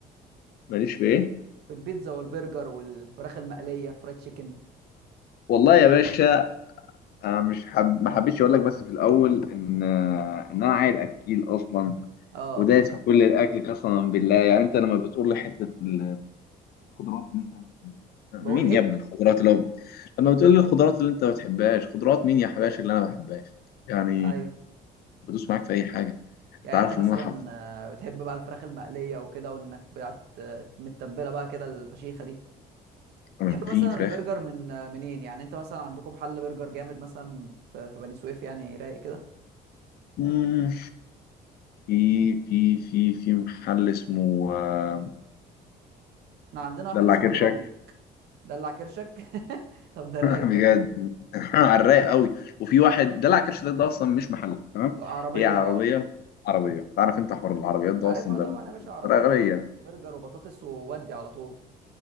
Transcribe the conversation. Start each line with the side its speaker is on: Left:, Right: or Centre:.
Left: ماليش في ايه
Right: في البيتزا والبرجر والفراخ المقليه فرايد تشيكن
Left: والله يا باشا انا مش حب... ما حبيتش اقول لك بس في الاول ان آه، ان انا عيل اكيل اصلا
Right: اه
Left: ودايس في كل الاكل قسما بالله يعني انت لما بتقول لي حته ال... خضروات اللي انت
Right: بقول
Left: مين
Right: ايه
Left: يا ابني الخضروات اللي هو لما بتقول لي الخضروات اللي انت ما بتحبهاش خضروات مين يا حباشا اللي انا ما بحبهاش يعني
Right: ايوه
Left: بدوس معاك في اي حاجه
Right: يعني
Left: انت عارف
Right: انت مثلا
Left: ان انا حرف
Right: آه، بتحب بقى الفراخ المقليه وكده وانك بقى ت- متبله بقى كده الفشيخه دي
Left: انا
Right: تحب
Left: في
Right: مثلا
Left: فراخ
Right: البرجر من آه، منين يعني انت مثلا عندكم حل برجر جامد مثلا في في بني سويف يعني رايق كده
Left: مم. في في في في محل اسمه آه،
Right: احنا عندنا واحد
Left: دلع
Right: اسمه
Left: كرشك
Right: ريبابليك دلع كرشك <laughs> طب ده رايق
Left: <laughs> بجد
Right: ده
Left: <laughs> على الرايق قوي وفي واحد دلع كرش ده, ده اصلا مش محل تمام
Right: بقى عربيه
Left: هي عربيه
Right: اه
Left: عربيه تعرف انت حوار العربيات ده
Right: عارفها
Left: اصلا ده
Right: طبعا
Left: منتشر
Right: يا باشا
Left: بطريقه
Right: عربيه
Left: غبيه
Right: وبرجر وبطاطس وودي على طول